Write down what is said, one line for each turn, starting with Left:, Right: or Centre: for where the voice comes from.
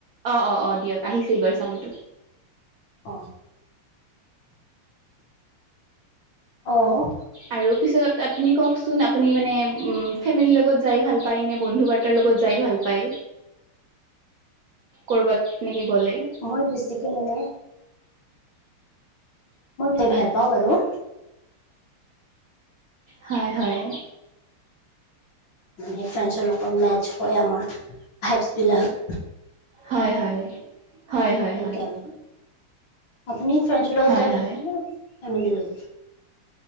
Right: অঁ অঁ অঁ দিয়ক আহিছে এইবাৰ চাউণ্ডটো।
Left: অ। অ।
Right: আৰু পিছত আপুনি কওকচোন আপুনি মানে উম ফেমিলিৰ লগত যাই ভাল পায় নে বন্ধু বান্ধৱী, কাৰ লগত যাই ভাল পায় ক'ৰবাত এনেকে গ'লে।
Left: মই বেছিকে মানে। মই বিৰাট ভাল পাওঁ বাৰু।
Right: হয় হয়।
Left: মানে ফ্ৰেণ্ডছৰ লগত মেটছ হয় আমাৰ ভাইভছবিলাক।
Right: হয়, হয়, হয়, হয়,
Left: সেইকাৰণে
Right: হয়।
Left: আপুনি ফ্ৰেণ্ডছৰ লগত
Right: হয়
Left: যাই ভাল
Right: হয়
Left: পায় ন ফেমিলিৰ লগত।